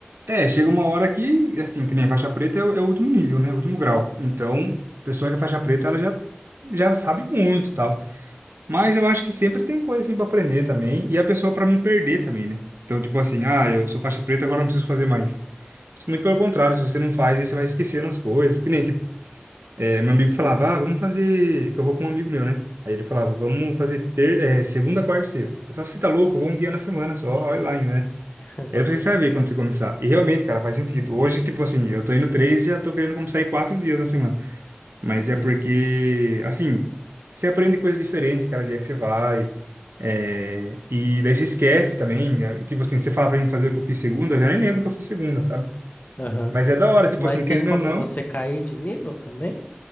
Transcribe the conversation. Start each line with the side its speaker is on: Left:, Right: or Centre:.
Right: É, chega uma hora que, assim, que nem faixa preta é, o é o último nível, né? O último grau. Então, a pessoa que é faixa preta, ela já, já sabe muito e tal. Mas eu acho que sempre tem coisa, assim, pra aprender também. E a pessoa pra não perder também, né? Então, tipo assim, ah, eu sou faixa preta, agora eu não preciso fazer mais. Acho que Muito pelo contrário, se você não faz, aí você vai esquecendo as coisas. Que nem, tipo, é, meu amigo falava, ah, vamos fazer. Que eu vou com um amigo meu, né? Aí ele falava, vamos fazer ter... é, segunda, quarta e sexta. Eu falava, você tá louco? Eu vou um dia na semana só, olha lá ainda, né?
Left: <laughs>
Right: Aí ele falou, assim, você vai ver quando você começar. E realmente, cara, faz sentido. Hoje, tipo assim, eu tô indo três e já tô querendo começar a ir quatro dias na semana. Mas
Left: Sei.
Right: é porque, assim, você aprende coisa diferente cada dia que você vai. É, e daí você esquece também. é, Tipo assim, você fala pra mim fazer o que eu fiz segunda, eu já nem lembro o que eu fiz segunda, sabe?
Left: Aham.
Right: Mas é da hora, tipo
Left: Mas
Right: assim, querendo
Left: tem como
Right: ou não,
Left: você cair de nível também?